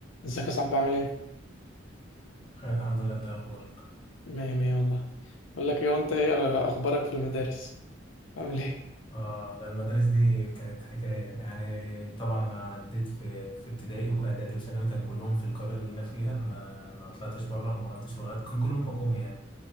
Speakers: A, on the left; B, on the left.
A: ازيك يا صاحبي عامل ايه؟
B: خير الحمد لله انت ايه اخبارك
A: مية مية والله بقول لك ايه وانت ايه اخبارك في المدارس؟ عامل ايه؟
B: اه ده المدارس دي كانت حكايه يعني طبعا انا عديت في في ابتدائي واعدادي وثانوي كان كلهم في القريه اللي انا فيها ما ما طلعتش بره وما رحتش لغات كان كلهم حكومي يعني